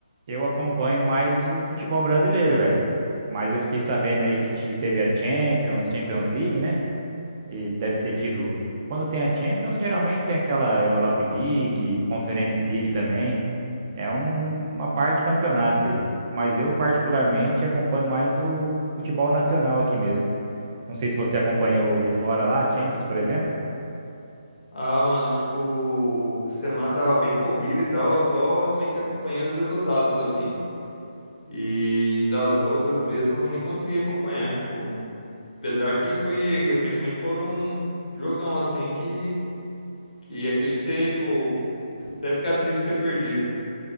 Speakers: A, on the right; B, on the left.
A: eu acompanho mais o futebol brasileiro, velho. Mas eu fiquei sabendo aí que te- teve a Champions, Champions League, né? E deve ter tido. Quando tem a Champions, geralmente tem aquela Europa League, Conference League também. É um- um, uma parte de campeonato aí. Mas eu, particularmente, acompanho mais o futebol nacional aqui mesmo. Não sei se você acompanhou de fora lá, Champions, por exemplo.
B: Ah, mano, tipo, semana tava bem corrida e tal, eu só meio que acompanhei os resultados ali. E das outras mesmo, eu nem consegui acompanhar, tipo, apesar que foi, aparentemente foram um jogão assim que, que é aquele que você, pô, até ficar triste de ter perdido.